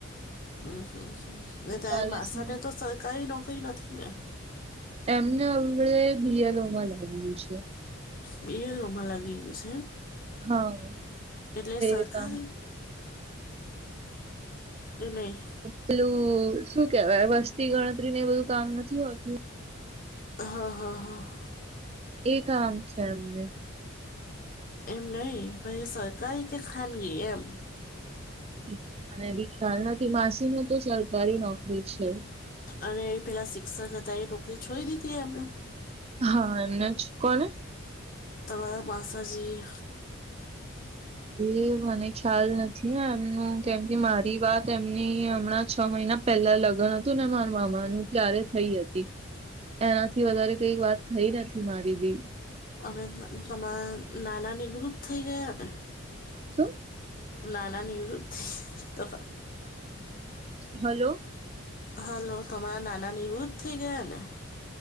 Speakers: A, on the left; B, on the right.
A: ઉ હમ્મ, હમ્મ,
B: શું
A: હ, તારે
B: ચાલે
A: માસાને
B: છે
A: તો સરકારી નોકરી નથી ને?
B: એમને અગળે બી એલ ઓ માં લાવ્યું છે.
A: બી એલ ઓ માં લાગી ગયું છે એમ,
B: હા
A: એટલે સરકારી?
B: એ કામ
A: એ નઈ.
B: પેલું શું કેવાય વસ્તી ગણતરી ને એ બધું કામ નથી હોતું.
A: હા, હા, હા.
B: એ કામ છે અમને.
A: એમ નઈ ભાઈ સરકારી કે ખાનગી એમ.
B: એ તો મને એ બી ખ્યાલ નથી માસીને તો સરકારી નોકરી છે.
A: અને એ પેલા શિક્ષક હતા એ નોકરી છોડી દીધી એમને?
B: હા એમણે, કોણે?
A: તમારા માસાજી.
B: એ મને ખ્યાલ નથી હે એમનું કેમકે મારી વાત એમની હમણાં છ મહિના પેલા લગ્ન હતું ને મારા મામાનું ત્યારે થઈ હતી. એનાથી વધારે કઈ વાત થઈ નથી મારી બી.
A: હવે તમારા નાના નિવૃત થઈ ગયાને?
B: શું?
A: નાના નિવૃત થઈ તો.
B: હલો.
A: હાલો તમારા નાના નિવૃત્ત થઈ ગયા ને.